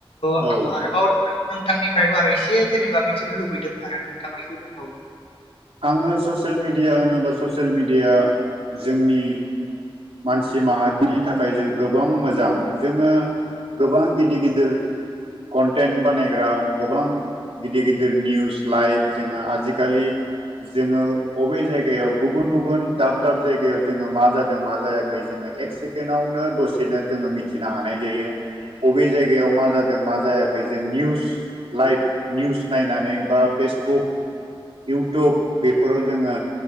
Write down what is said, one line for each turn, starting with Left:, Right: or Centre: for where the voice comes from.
Left: आं
Right: औ
Left: आरोबाव नोंथां नोंथांनिफ्रायबो आरो एसे जेनेबा मिथिनो लुबैदों आरो नोंथाङा एसे बुंबाव
Right: आङो ससियेल मिडिया होनोबा ससियेल मिडिया जोंनि मानसि माहारिनि थाखाय जों गोबां मोजां जोङो गोबां गिदिर गिदिर कन्टेन्ट बानायग्रा गोबां गिदिर गिदिर निउस लाइभ जोङो आजिखालि जोङो अबे जायगायाव गुबुन गुबुन दाब दाब जायगायाव जोङो मा जादों मा जायाखै जोङो एक सेकेणडआवनो दसेनो जोङो मिथिनो हानाय जायो अबे जायगायाव मा जादों मा जाया खै जों निउस लाइभ निउस नायनानै बा फेसबुक इउटुब बेफोराव जोङो